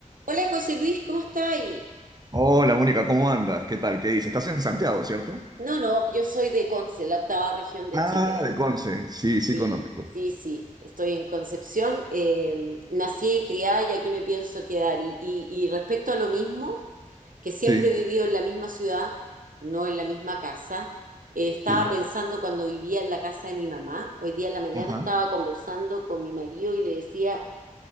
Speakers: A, on the right (about 85°); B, on the right (about 30°).
A: Hola José Luis, ¿cómo está ahí?
B: Hola Mónica, ¿cómo andas? ¿Qué tal? ¿Qué dices? Estás en Santiago, ¿cierto?
A: No, no, yo soy de Conce, la octava región de
B: Ah,
A: Chile.
B: de Conce. Sí,
A: Sí,
B: sí conozco.
A: sí, sí, estoy en Concepción. eh, nací y criada y aquí me pienso quedar. Y, y- y respecto a lo mismo, que siempre
B: Sí,
A: he vivido en la misma ciudad, no en la misma casa, eh, estaba
B: sí.
A: pensando cuando vivía en la casa de mi mamá, hoy día en la mañana
B: Ajá.
A: estaba conversando con mi marido y le decía...